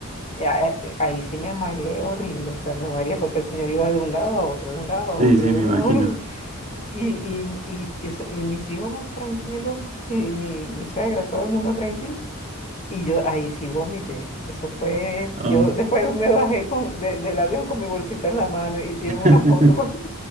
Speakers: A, on the left; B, on the right.
A: eh, a- eh, eh, Ahí sí me mareé horrible, o sea, me mareé porque el señor iba de un lado a otro, de un lado a
B: Sí,
A: otro,
B: sí,
A: de
B: me
A: un
B: imagino.
A: lado a otro. <laughs> Y, y, y, eso- y mis hijos tranquilos, y mi, mi suegra, todo el mundo tranquilo. Y yo ahí sí vomité. Eso fue,
B: Oh.
A: yo después me bajé con, de- del avión con mi bolsita en la mano y
B: <laughs>
A: tienen una foto con,